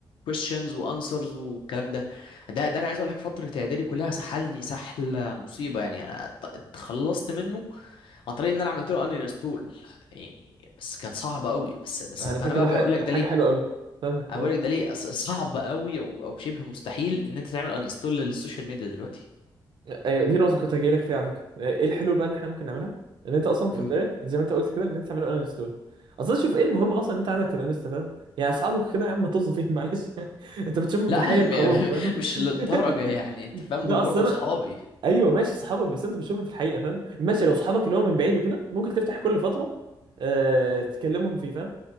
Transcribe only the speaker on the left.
questions وانسرز والكلام ده ده ده انا عايز اقول لك فتره اعدادي كلها سحلني سحله مصيبه يعني انا ات- اتخلصت منه عن طريق ان انا عملت له ان انستول يعني بس كانت صعبه قوي بس بس
فانا
بقى
بقول لك ده
ليه
انا
بقول لك ده ليه أص- صعب قوي او او شبه مستحيل ان انت تعمل انستول للسوشيال ميديا دلوقتي
مم.
لا
هي
م-
<laughs> مش للدرجه يعني
انت فاهم
دول برضو
صحابي